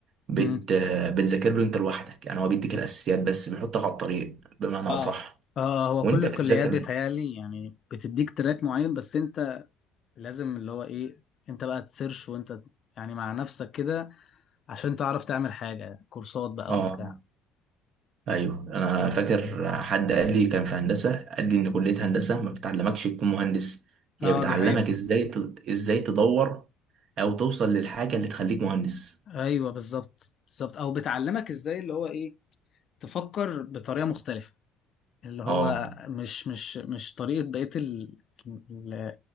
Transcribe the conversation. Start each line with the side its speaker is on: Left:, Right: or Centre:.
Right: بت...
Left: ايه
Right: بتذاكر له انت لوحدك يعني هو بيديك الاساسيات بس بيحطك على الطريق بمعنى
Left: اه
Right: اصح
Left: اه هو
Right: وانت
Left: كل الكليات
Right: بتذاكر
Left: بيتهيألي
Right: له
Left: يعني بتديك تراك معين بس انت لازم اللي هو ايه انت بقى تسيرش وانت يعني مع نفسك كده عشان تعرف تعمل حاجة كورسات بقى
Right: اه
Left: وبتاع
Right: ايوه انا
Left: إيه،
Right: فاكر حد قال لي كان في هندسه قال لي ان كليه هندسه ما بتعلمكش تكون مهندس هي
Left: اه
Right: بتعلمك
Left: دي حقيقة
Right: ازاي ت... ازاي تدور او توصل للحاجه اللي تخليك مهندس
Left: ايوه بالظبط بالظبط او بتعلمك ازاي اللي هو ايه تفكر بطريقة مختلفة اللي هو
Right: اه
Left: مش مش مش طريقة بقية ال... ال...